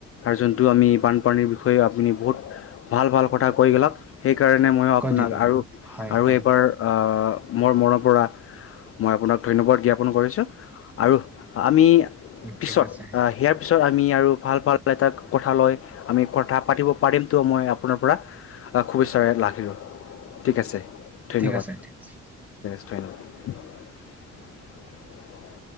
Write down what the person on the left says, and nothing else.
যোনটো আমি বানপানীৰ বিষয়ে, আপুনি বহুত ভাল ভাল কথা কৈ গ'লাক সেই কাৰণে মইয়ো
আপোনাক
আৰু
আৰু
এইবাৰ আ মোৰ মনৰ পৰা মই আপোনাক ধন্যবাদ জ্ঞাপন কৰিছোঁ। আৰু আমি পিছত
আ' হেয়াৰ পিছত আমি আৰু ভাল-ভাল এটা কথা লয় আমি কথা পাতিব পাৰিমতো, মই আপোনাৰ পৰা খুবিচ্ছাৰে লাগিব। ঠিক আছে। ধন্যবাদ
<unintelligible>